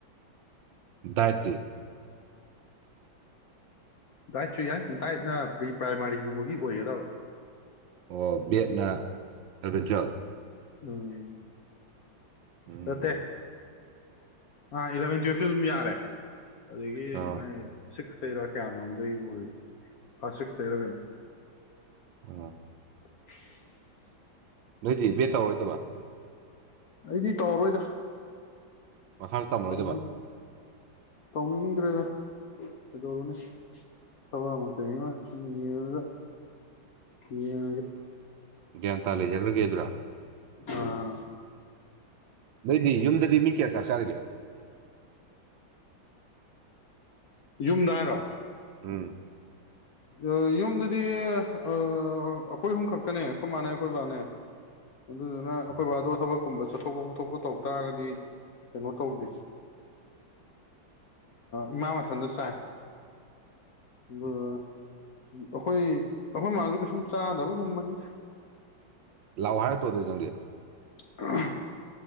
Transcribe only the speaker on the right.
ꯗꯥꯏꯠꯇꯤ
ꯑꯣ ꯕꯦꯠꯅ ꯏꯂꯚ‌ꯦꯟ ꯇꯨꯋꯜꯞ
ꯎꯝ
ꯑꯣ
ꯑ
ꯅꯣꯏꯗꯤ ꯕꯦꯠ ꯇꯧꯔꯣꯏꯗꯕ
ꯃꯈꯥ ꯇꯝꯃꯔꯣꯏꯗꯕ
ꯒ꯭ꯌꯥꯟ ꯇꯥ ꯂꯩꯖꯔꯒꯦ ꯑꯗꯨꯔꯥ
ꯅꯣꯏꯗꯤ ꯌꯨꯝꯗꯗꯤ ꯃꯤ ꯀꯌꯥ ꯆꯥꯛ ꯆꯥꯔꯤꯒꯦ
ꯎꯝ
ꯑꯣ,
ꯎꯝ
ꯂꯥꯛꯑꯣ ꯍꯥꯏꯔꯛꯇ꯭ꯔꯣ ꯅꯪꯗꯤ